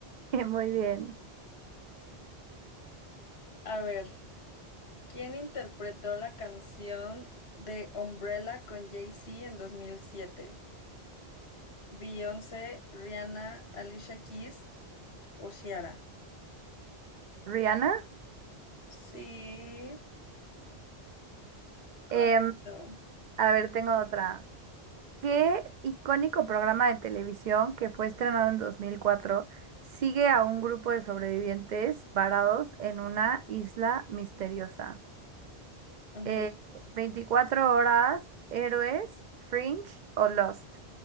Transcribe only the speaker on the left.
A ver, ¿quién interpretó la canción de Umbrella con Jay-Z en 2007? Beyoncé, Rihanna, Alicia Keys o Ciara.
Sí,
correcto.
Ujú.